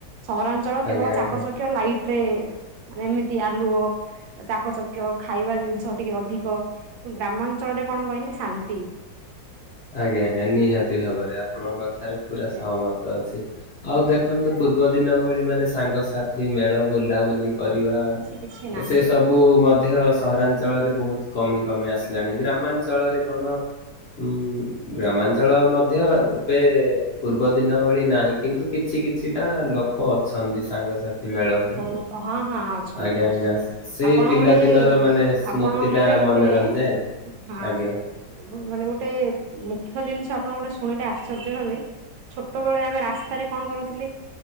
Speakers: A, on the right; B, on the left.
A: ସହରାଞ୍ଚଳ
B: ଆଜ୍ଞା
A: କେବଳ
B: ଆଜ୍ଞା।
A: ଚାକଚକ୍ୟ ଲାଇଟ୍ ରେ ଆମେ ଏମିତି ଆଲୁଅ ଚାକଚକ୍ୟ ଖାଇବା ଜିନିଷ ଟିକେ ଅଧିକ କି ଗ୍ରାମାଞ୍ଚଳ ରେ କଣ କହିଲେ ଶାନ୍ତି।
B: ଆଜ୍ଞା ଆଜ୍ଞା ନିହାତି ଭାବରେ ଆପଣଙ୍କ କଥାରେ ପୁରା
A: ସେୟା
B: ସହମତ ଅଛି। ଆଉ ଦେଖନ୍ତୁ ପୂର୍ବ ଦିନ ଭଳି ମାନେ ସାଙ୍ଗସାଥି ମେଳ ବୁଲାବୁଲି କରିବା
A: କିଛି କିଛି
B: ତ
A: ନାହିଁ।
B: ସେ ସବୁ ମଧ୍ୟ ସହରାଞ୍ଚଳରେ ବୋହୁତ କମି କମି ଆସିଲାଣି ଗ୍ରାମାଞ୍ଚଳରେ କଣ ଉଁ ଗ୍ରାମାଞ୍ଚଳ ମଧ୍ୟ ଏବେ ପୂର୍ବ ଦିନ ଭଳି ନାହିଁ କିନ୍ତୁ କିଛି କିଛି ଛି ଟା ଲୋକୋ ଅଛନ୍ତି ସାଙ୍ଗସା ଥି ମେଳ ହୋଇ
A: ବହୁତ ହଁ ହଁ ଅଛନ୍ତି
B: ଆଜ୍ଞା
A: ଅଛନ୍ତି
B: ଆଜ୍ଞା ସେ
A: ଆପଣ
B: ପିଲା
A: ଗୋଟେ
B: ଦିନର ମାନେ ସ୍ମୃତି
A: ଆପଣ ମାନେ
B: ଟା
A: ଗୋଟେ
B: ମନେ ରହିଯାଏ।
A: ହଁ
B: ଆଜ୍ଞା ଆଜ୍ଞା।
A: ମାନେ ଗୋଟେ ମୁଖ୍ୟ ଜିନିଷ ଆପଣ ଗୋଟେ ଶୁଣିଲେ ଆଶ୍ଚର୍ଯ୍ୟ ହବେ। ଛୋଟୋ ବୋଳେ ଆମେ ରାସ୍ତାରେ କଣ କରୁଥିଲେ